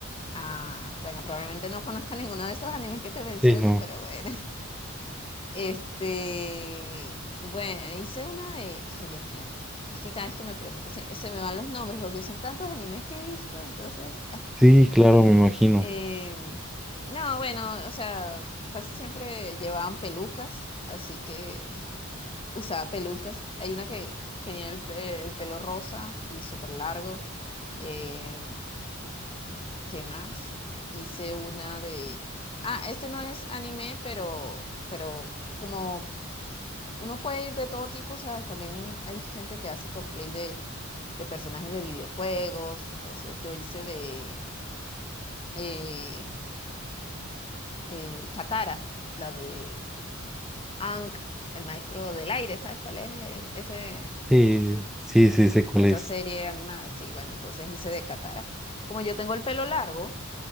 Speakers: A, on the left; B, in the centre.
A: Ah, bueno, probablemente no conozca ninguno de esos animes que te mencioné,
B: Sí, no.
A: pero bueno. Este, bueno, hice una de, ay Dios mío, es que cada vez que me preguntas se, se me van los nombres porque son tantos animes que he visto, entonces,
B: Sí, claro, me imagino.
A: <laughs> em, no, bueno, o sea, casi siempre llevaban pelucas, así que <laughs> usaba pelucas. Hay una que tenía el, pe- el pelo rosa y súper largo. em, ¿qué más? Hice una de, ah, este no es anime, pero, pero como Uno puede ir de todo tipo, ¿sabes? También hay gente que hace cosplay de, de personajes de videojuegos. Entonces yo hice de eh, eh, Katara, la de Aang, el maestro del aire. ¿Sabes cuál es ese,
B: Sí, sí, sí, sé cuál
A: esa
B: es.
A: serie animada? Sí, bueno, entonces hice de Katara. Como yo tengo el pelo largo